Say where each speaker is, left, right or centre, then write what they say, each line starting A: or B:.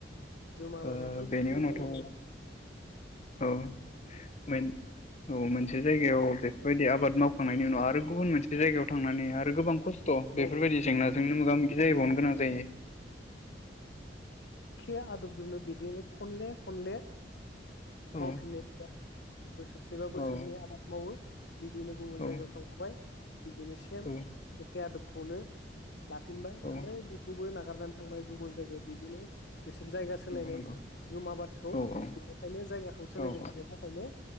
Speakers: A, on the left (about 65°); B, on the left (about 40°).
A: जुम आबादाथ
B: ओ
A: बिदिनो
B: बेनि उनावथ'
A: जायोनालाय
B: औ मोन औ मोन मोनसे जायगायाव बे बायदि आबाद मावखांनायनि उनाव आरो गुबुन मोनसे बे जायगायाव थांनानै आरो गोबां खस्थ अ बेफोरबायदि
A: औ
B: जेंनाजोंनो मोगा मोगि जाहैबावनो गोनां जायो।
A: खे आदबजोंनो बिदिनो खनले खनले
B: औ
A: मावफिननाय बोसोरसेबा बोसोरनै
B: औ
A: आबाद मावो बिदिनो गुबुन
B: औ
A: जायगायाव थांफबाय बिदिनो सेम
B: औ
A: आबखौनो दफिनबाय
B: औ
A: आरो बेखौ बो नागारनानै थांबाय गुबुन जायगायाव बिदिनो बिसोर जायगा सोलायनाय
B: नंगौ नंगौ
A: जुम आबादखौ
B: औ औ
A: बिनिखायनो जायगाखौ
B: औ
A: सोलायबाय थानाय थाखायनो